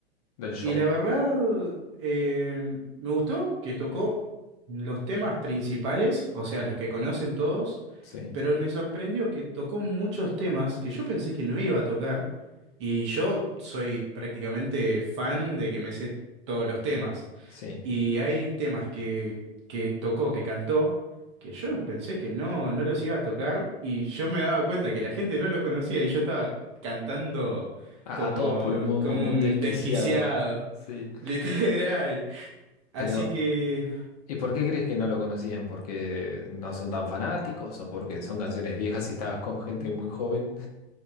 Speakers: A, on the left; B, on the right.
A: del show?
B: y la verdad eh, me gustó que tocó los temas principales, o sea, los que conocen todos,
A: Sí,
B: pero me sorprendió que tocó muchos temas que yo pensé que no iba a tocar y yo soy prácticamente fan de que me sé todos los temas.
A: sí.
B: Y hay temas que, que tocó, que cantó, que yo pensé que no, no los iba a tocar y yo me daba cuenta que la gente no lo conocía y yo estaba cantando
A: A,
B: como,
A: a todo pulmón,
B: como
A: como
B: un
A: un desquiciado.
B: desquiciado,
A: Sí.
B: <laughs> literal. Así
A: Pero...
B: que
A: ¿Y por qué crees que no lo conocían? ¿Porque no son tan fanáticos o porque son canciones viejas y estabas con gente muy joven?